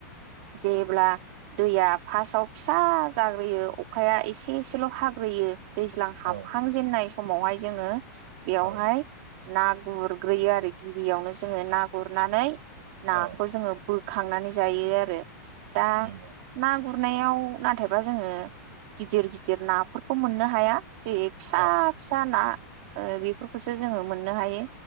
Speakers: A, on the right; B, on the right.
A: जेब्ला। दैया फासआव फिसा जाग्रोयो अखाया एसे एसेल' हाग्रोयो। दैज्लां हाब।
B: औ
A: नाय समावहाय जोङो बेयावहाय
B: औ
A: ना गुरग्रोयो आरो गिबियावनो जोङो ना गुरनानै नाखौ
B: औ
A: जोङो बो खांनानै जायो आरो दा
B: नंगौ
A: ना गुरनायाव नाथायबा जोङो गिदिर गिदिर नाफोरखौ मोननो हाया जेरै फिसा
B: औ
A: फिसा ना ओ बेफोरखौसो जोङो मोननो हायो